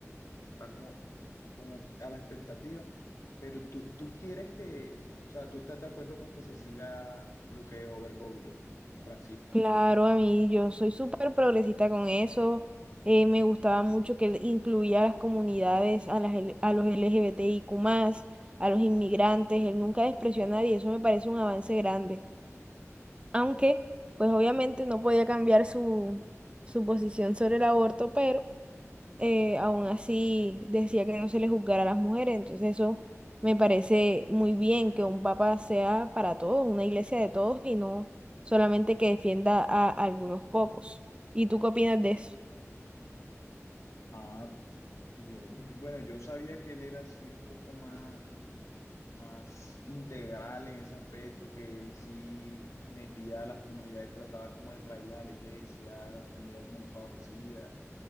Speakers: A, on the left (about 70°); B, on the right (about 20°).
A: está como, como a la expectativa, pero tú, tú quieres que, o sea, tú estás de acuerdo con que se siga lo que dejó Bergoglio, Francisco.
B: Claro, a mí yo soy súper progresista con eso. eh, me gustaba mucho que él incluía a las comunidades, a las, L- a los LGBTIQ+, a los inmigrantes. Él nunca despreció a nadie. Eso me parece un avance grande. aunque pues obviamente no podía cambiar su, su posición sobre el aborto, pero eh, aún así decía que no se le juzgara a las mujeres, entonces eso me parece muy bien que un papa sea para todos, una iglesia de todos y no solamente que defienda a algunos pocos. ¿Y tú qué opinas de eso?
A: Ah, pues yo- yo- bueno, yo sabía que él era así un poco más, más integral en ese aspecto, que él sí metía a las comunidades, trataba como de traerlas a la iglesia, a las comunidades menos favorecidas.